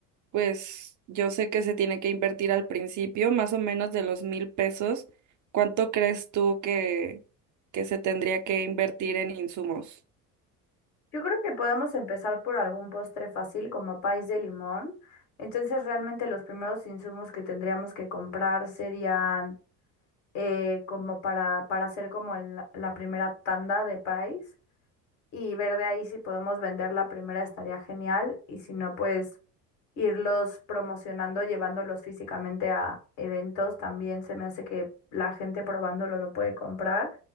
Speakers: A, on the right; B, on the left.
A: pues yo sé que se tiene que invertir al principio, más o menos de los mil pesos. ¿Cuánto crees tú que, que se tendría que invertir en insumos?
B: Yo creo que podemos empezar por algún postre fácil como país de limón. Entonces, realmente los primeros insumos que tendríamos que comprar serían eh, como para, para hacer como el- la primera tanda de país y ver de ahí si podemos vender la primera estaría genial y si no, pues irlos promocionando, llevándolos físicamente a eventos, también se me hace que la gente probándolo lo puede comprar.